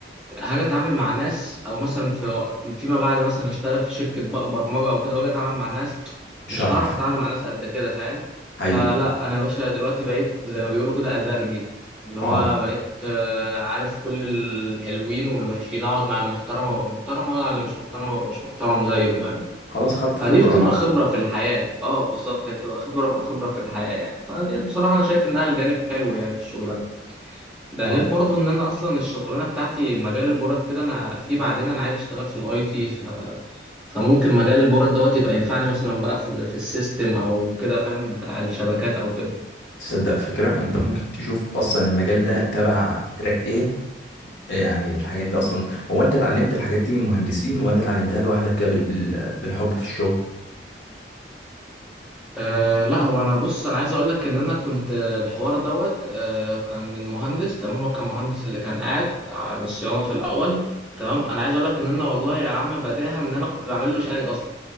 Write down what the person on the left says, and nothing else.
مش
هعرف
حقيقي
اه
خلاص خدت
خبرة
مع
اه
تصدق فكرة انت ممكن تشوف اصلا المجال ده تبع تراك ايه إيه يعني الحاجات دي اصلا هو انت اتعلمت الحاجات دي من مهندسين ولا اتعلمتها لوحدك كده بال... بال... بالحب في الشغل